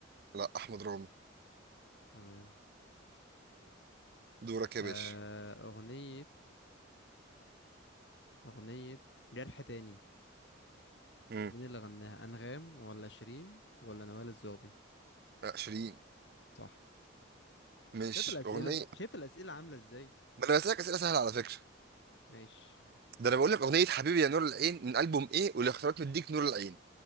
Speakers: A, on the right; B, on the left.
A: لا احمد رامي
B: تمام
A: دورك يا
B: آه
A: باشا
B: اغنيه اغنيه جرح تاني
A: امم
B: مين اللي غناها انغام ولا شيرين ولا نوال الزغبي
A: لا شيرين
B: صح
A: مش
B: شايف الاسئله
A: اغنيه
B: شايف الاسئله عامله ازاي
A: ما انا بسالك اسئله سهله على فكره
B: ماشي
A: ده انا بقول لك اغنيه حبيبي يا نور العين من البوم ايه والاختيارات مديك نور العين